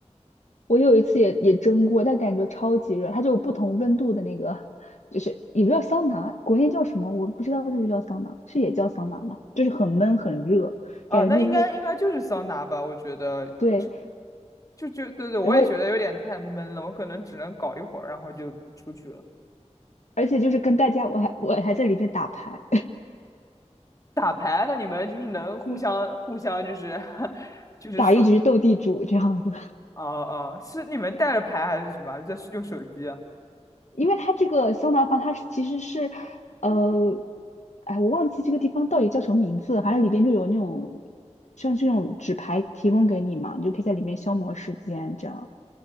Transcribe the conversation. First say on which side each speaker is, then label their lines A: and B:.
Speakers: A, on the left; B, on the left.
A: 我有一次也也蒸过，但感觉超级热，它就有不同温度的那个，就是也不叫桑拿，国内叫什么我不知道是不是叫桑拿，是也叫桑拿吗？就是很闷很热，
B: 啊，
A: 感觉就是
B: 那应该应该就是桑拿吧，我觉得就
A: 对，
B: 就就对对，我也觉得有点太闷了，
A: 然后
B: 我可能只能搞一会儿，然后就出去了。
A: 而且就是跟大家我还我还在里面打牌，
B: 打牌，那你们就是能互相互相就是
A: <laughs>
B: <laughs> 就是说，
A: 打一局斗地主这样子。
B: 哦、哦、是你们带着牌还是什么？在用手机啊？
A: 因为它这个桑拿房，它是其实是，呃，哎，我忘记这个地方到底叫什么名字了，反正里边就有那种像这种纸牌提供给你嘛，你就可以在里面消磨时间，这样